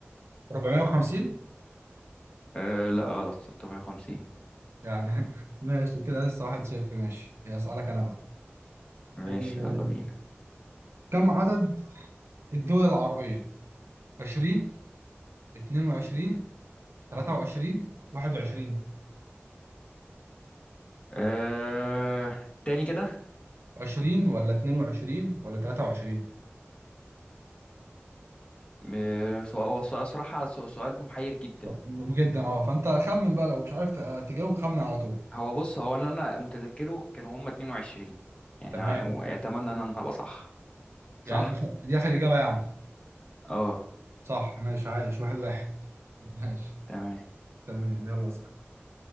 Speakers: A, on the right; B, on the left.
A: 450
B: آه لا غلط 650
A: يعني <laughs> ماشي كده لسه واحد صفر ماشي يا اسألك انا بقى
B: ماشي
A: آه،
B: يلا بينا
A: كم عدد الدول العربية؟ 20 22 23 21
B: آه تاني كده
A: 20 ولا 22 ولا 23
B: آه، سؤال هو سؤال- صراحة سو- سؤال محير جدا
A: طب مهم جدا اه فانت خمن بقى لو مش عارف ت- تجاوب خمن على طول
B: هو بص هو انا اللي انا متذكره كانوا هما 22 يعني
A: تمام
B: اتمنى ان انا ابقى صح
A: يعني
B: صح
A: دي آخر دي آخر إجابة يعني
B: اه
A: صح ماشي عايش واحد واحد ماشي
B: تمام
A: تمام يلا صح